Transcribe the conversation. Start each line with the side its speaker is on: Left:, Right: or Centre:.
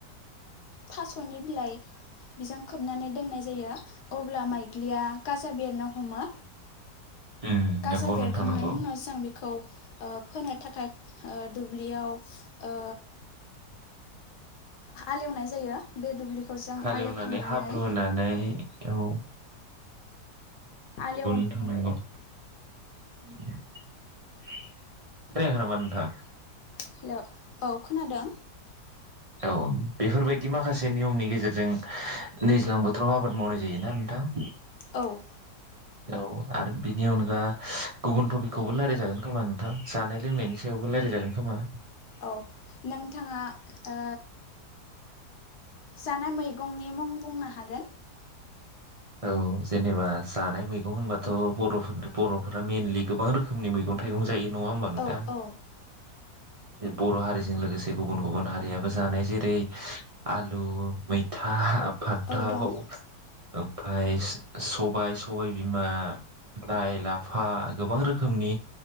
Left: थासनि बिलाइ बिजों खोब नानै दोननाय जायो। अब्ला माइग्लिया गाजा बेरनो हमो
Right: उम
Left: गाजा
Right: नंगौ
Left: बेरखांनायनि
Right: नोंथां नंगौ
Left: उनावसो जों बेखौ ओ फोनो थाखाय ओ दुब्लियाव ओ हालेवनाय जायो। बे दुब्लिखौ जों
Right: हालेवनानै
Left: आलेवखांनानै
Right: हाब्रु होनानै औ।
Left: आलेवनानै
Right: उन थानांगौ। खोनायाखै नामा नोंथां?
Left: हेलौ औ खोनादों।
Right: औ बेफोरबायदि माखासे नियमनि गेजेरजों दैज्लां बोथोराव आबाद मावनाय जायोना नोंथां?
Left: औ।
Right: औ आरो बिनि अनगा गुबुन थटपिकखौबो रायलाय जागोन खोमा नोंथां जानाय लोंनायनि सायावबो रायलायजागोन खोमा?
Left: औ नोंथाङा ओ जानाय मैगंनि मुं बुंनो हागोन?
Right: औ जेनेबा जानाय मैगं होनबाथ बरफोर बरफोरा मेनलि गोबां रोखोमनि मैगं थाइगं जायो नङा होनबा नोंथां?
Left: औ औ
Right: बर हारिजों लोगोसे गुबुन गुबुन हारियाबो जानाय। जेरै आलु, मैथा फानथाव,
Left: औ दं
Right: ओमफाय स-सबाय, सबाय बिमा, लाइ, लाफा गोबां रोखोमनि